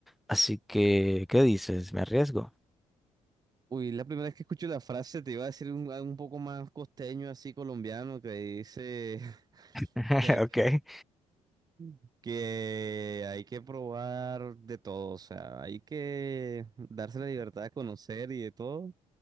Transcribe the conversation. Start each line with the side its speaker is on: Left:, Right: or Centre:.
Centre: así que, ¿qué dices? ¿Me arriesgo?
Right: Uy, la primera vez que escucho la frase te iba a decir un, un poco más costeño, así colombiano, que dice <laughs>
Centre: <laughs>
Right: que hay,
Centre: Okay,
Right: <laughs> que hay que probar de todo, o sea, hay que darse la libertad de conocer y de todo.